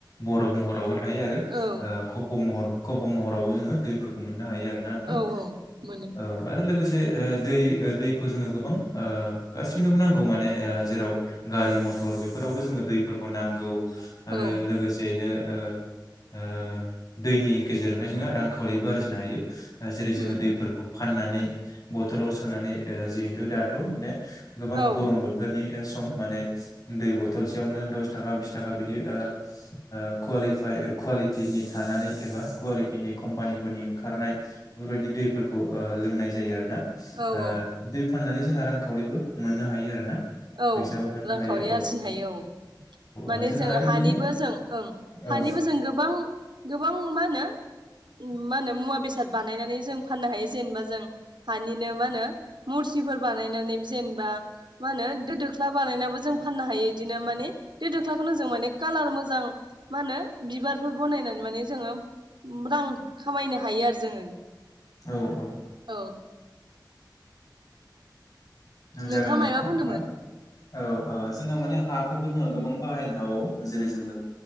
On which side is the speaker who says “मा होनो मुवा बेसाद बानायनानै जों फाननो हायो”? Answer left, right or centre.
Right